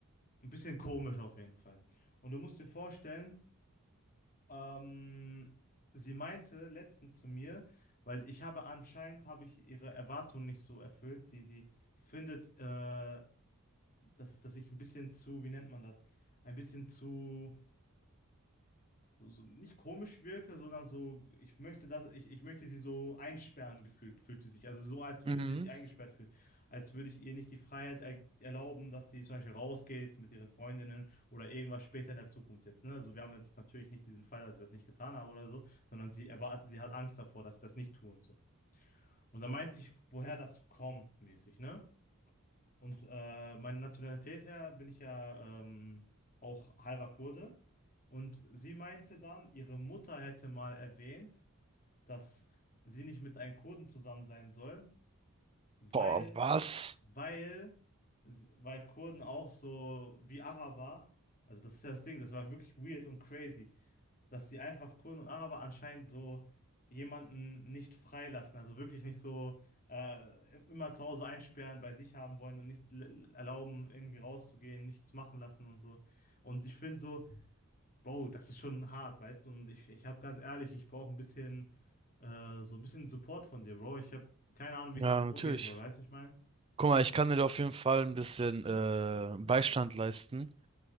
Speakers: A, on the left; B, on the right.
A: ein bisschen komisch auf jeden Fall. Und du musst dir vorstellen, Ähm, sie meinte letztens zu mir, weil ich habe anscheinend habe ich ihre Erwartungen nicht so erfüllt. Sie, sie findet, äh, dass, dass ich ein bisschen zu, wie nennt man das? Ein bisschen zu so, so nicht komisch wirke, sondern so, ich möchte das, ich, ich möchte sie so einsperren gefühlt, fühlt sie sich. Also so, als würde
B: Mhm.
A: sie sich eingesperrt fühlen. Als würde ich ihr nicht die Freiheit er erlauben, dass sie zum Beispiel rausgeht mit ihren Freundinnen oder irgendwas später in der Zukunft jetzt. Ne? Also wir haben jetzt natürlich nicht diesen Fall, dass ich das nicht getan habe oder so, sondern sie erwartet, sie hat Angst davor, dass ich das nicht tue und so. Und dann meinte ich, woher das kommt, mäßig, ne? Und äh, meine Nationalität her bin ich ja ähm, auch halber Kurde. Und sie meinte dann, ihre Mutter hätte mal erwähnt, dass sie nicht mit einem Kurden zusammen sein soll, weil,
B: Boah, was?
A: weil, weil Kurden auch so wie Araber, also das ist ja das Ding, das war wirklich weird und crazy, dass sie einfach Kurden und Araber anscheinend so jemanden nicht freilassen, also wirklich nicht so äh, immer zu Hause einsperren, bei sich haben wollen und nicht l- erlauben, irgendwie rauszugehen, nichts machen lassen und so. Und ich finde so, Bro, das ist schon hart, weißt du? Und ich, ich habe ganz ehrlich, ich brauche ein bisschen, äh, so ein bisschen Support von dir, Bro. Ich habe keine Ahnung, wie
B: Ja,
A: ich damit
B: natürlich.
A: umgehen soll, weißt du, was ich meine?
B: Guck mal, ich kann dir da auf jeden Fall ein bisschen äh, Beistand leisten.